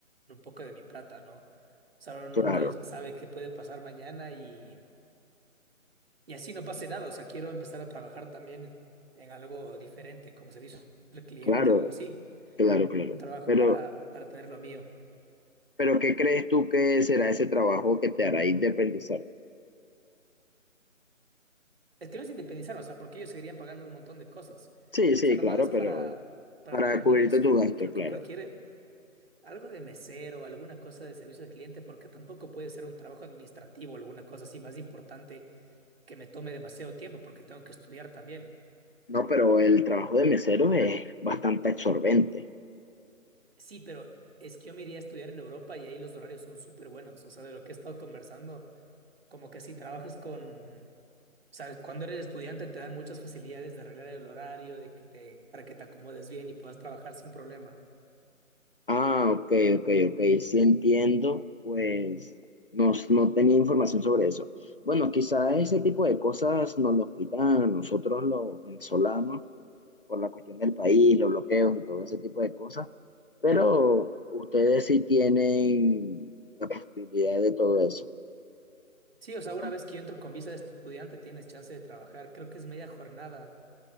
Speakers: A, on the right; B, on the left.
A: un poco de mi plata, ¿no? O sea, uno nunca
B: Claro,
A: sabe qué puede pasar mañana y, y así no pase nada. O sea, quiero empezar a trabajar también en algo diferente, como servicio al cliente,
B: claro,
A: algo así.
B: claro, claro.
A: Un trabajo
B: Pero,
A: para, para tener lo mío.
B: pero ¿qué crees tú que será ese trabajo que te hará independizar?
A: Es que no es independizarme, o sea, porque ellos seguirían pagando un montón de cosas.
B: Sí, sí,
A: O sea, nomás
B: claro,
A: es
B: pero
A: para, para
B: para
A: tener un
B: cubrirte
A: ingreso.
B: tu gasto,
A: Yo creo
B: claro.
A: que cualquier Algo de mesero, alguna cosa de servicio al cliente, porque tampoco puede ser un trabajo administrativo, alguna cosa así más importante que me tome demasiado tiempo, porque tengo que estudiar también.
B: No, pero el trabajo de mesero es bastante absorbente.
A: Sí, pero es que yo me iría a estudiar en Europa y ahí los horarios son súper buenos. O sea, de lo que he estado conversando, como que si trabajas con, sabes, cuando eres estudiante te dan muchas facilidades de arreglar el horario, de que te, para que te acomodes bien y puedas trabajar sin problema.
B: Ah, ok, ok, ok, sí entiendo, pues no, no tenía información sobre eso. Bueno, quizás ese tipo de cosas nos los quitan a nosotros los venezolanos por la cuestión del país, los bloqueos y todo ese tipo de cosas, pero
A: Ya.
B: ustedes sí tienen la posibilidad de todo eso.
A: Sí, o sea, una
B: Bueno,
A: vez que yo entro con visa de estudiante tienes chance de trabajar. Creo que es media jornada